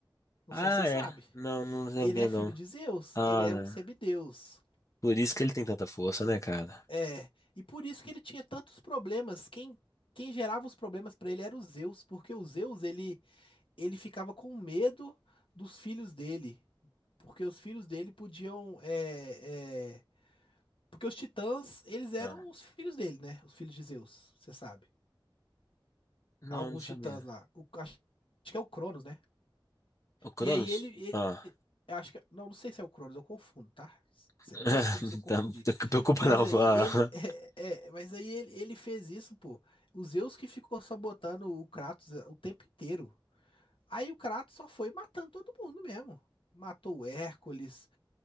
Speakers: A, on the left; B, on the left.
A: Não
B: Ah,
A: sei se você sabe.
B: é. Não, não sabia,
A: Ele é filho
B: não.
A: de Zeus,
B: Ah,
A: ele é
B: não.
A: um semideus.
B: Por isso que ele tem tanta força, né, cara?
A: É, e por isso que ele tinha tantos problemas. Quem, quem gerava os problemas pra ele era o Zeus, porque o Zeus ele, ele ficava com medo dos filhos dele, porque os filhos dele podiam, é, é, porque os titãs eles eram
B: Ah.
A: os filhos dele, né? Os filhos de Zeus, você sabe?
B: Não,
A: Alguns
B: não sabia.
A: titãs lá, O- acho, acho que é o Cronos, né?
B: O Cronos?
A: E aí ele, ele-
B: Ah.
A: eu acho que, não, não sei se é o Cronos, eu confundo, tá?
B: <laughs>
A: Você me desculpa se eu confundi.
B: Tá- não Preocupa
A: Mas
B: não.
A: aí
B: Ah.
A: ele, <laughs> é, é, mas aí ele, ele fez isso, pô. O Zeus que ficou sabotando o Kratos é, o tempo inteiro. Aí o Kratos só foi matando todo mundo mesmo. Matou o Hércules,